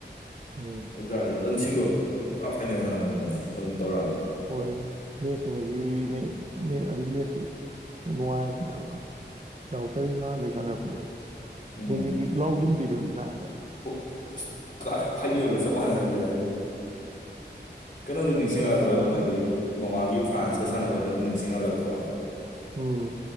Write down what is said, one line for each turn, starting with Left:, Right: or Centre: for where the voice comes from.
Right: ꯎꯝ
Left: ꯑꯗꯨꯇꯥꯔꯁꯨꯗ ꯑꯗꯨꯝ ꯁꯤꯡꯗꯣꯔꯛꯄꯗꯣ ꯄꯨꯔꯥ ꯐꯥꯏꯅꯦꯜ ꯁꯥꯟꯅꯕꯩ ꯃꯑꯣꯡꯗꯣ ꯑꯗꯨꯝ ꯇꯧꯔꯛꯑꯃꯤꯅ
Right: ꯍꯣꯏ ꯃꯦꯠꯁꯇꯨ <unintelligible> ꯑꯗꯨ ꯃꯦꯠꯁꯇꯨ ꯅꯨꯡꯉꯥꯏꯕꯅꯦꯕ ꯌꯥꯎꯔꯛꯇꯔꯤ ꯅꯍꯥꯟꯗꯒꯤ ꯁꯥꯟꯅꯔꯛꯄꯗ
Left: ꯎꯝ
Right: ꯅꯤꯛ ꯅꯤꯛ ꯂꯥꯎꯁꯤꯟꯕꯤꯗꯨꯅ ꯏꯁꯥꯗ
Left: <unintelligible> ꯐꯥꯏꯅꯦꯜꯒ ꯆꯞ ꯃꯥꯅꯖꯤꯜ ꯂꯛꯑ ꯑꯗꯨꯝ ꯀꯩꯅꯣꯗꯨꯝ ꯅꯤꯡꯁꯤꯡꯉꯛꯂꯗ꯭ꯔꯣ
Right: ꯑꯩꯗꯤ ꯅꯥꯕ
Left: ꯑꯗꯨꯝ ꯍꯥꯏꯗꯤ ꯃꯃꯥꯡꯒꯤ ꯐ꯭ꯔꯥꯟꯁꯀ ꯁꯥꯟꯅꯕꯩꯗ ꯑꯗꯨꯝ ꯅꯤꯡꯁꯤꯡꯍꯜꯂꯛꯇ꯭ꯔꯣ
Right: ꯎꯝ